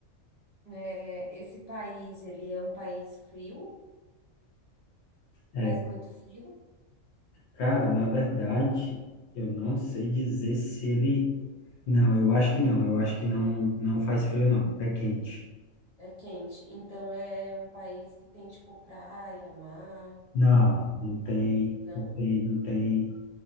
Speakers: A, on the right; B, on the left.
A: É, esse país, ele é um país frio,
B: É,
A: faz muito frio,
B: Cara, na verdade, eu não sei dizer se ele. Não, eu acho que não. Eu acho que não, não faz frio, não. É quente.
A: é quente. Então é um país que tem tipo praia, mar,
B: Não, não tem,
A: não?
B: não tem, não tem,